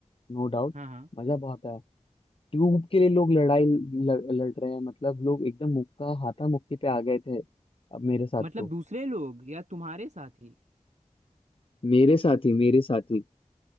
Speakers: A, on the left; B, on the right.
A: नो डाउट
B: हाँ हाँ
A: मज़ा बहुत आया ट्यूब के लिए लोग लड़ाई ल- लड़ रहे हैं मतलब लोग एकदम मुक्का हाथा मुक्की पे आ गए थे अब मेरे साथ
B: मतलब
A: तो
B: दूसरे लोग या तुम्हारे साथी
A: मेरे साथ ही मेरे साथ ही